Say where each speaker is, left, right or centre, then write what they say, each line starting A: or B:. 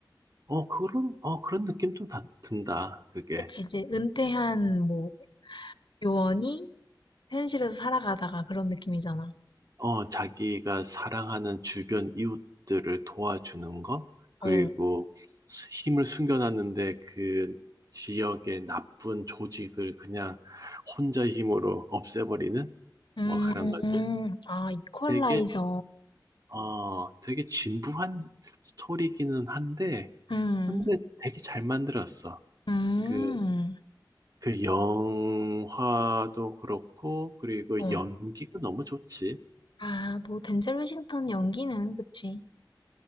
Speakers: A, on the right; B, on the left.
A: 어, 그런, 어, 그런 느낌 좀 다- 든다. 그게.
B: 그치, 이제 은퇴한 뭐 요원이 현실에서 살아가다가 그런 느낌이잖아.
A: 어, 자기가 사랑하는 주변 이웃들을 도와주는 거, 그리고
B: 어.
A: 수- 힘을 숨겨놨는데 그 지역의 나쁜 조직을 그냥 혼자 힘으로 없애버리는
B: 음,
A: 뭐 그런 거지.
B: 음. 아, 이퀄라이저.
A: 되게, 어, 되게 진부한 스토리기는 한데,
B: 음,
A: 근데 되게 잘 만들었어.
B: 음.
A: 그, 그 영화도 그렇고, 그리고
B: 어.
A: 연기가 너무 좋지.
B: 아, 뭐 덴젤 워싱턴 연기는 그치.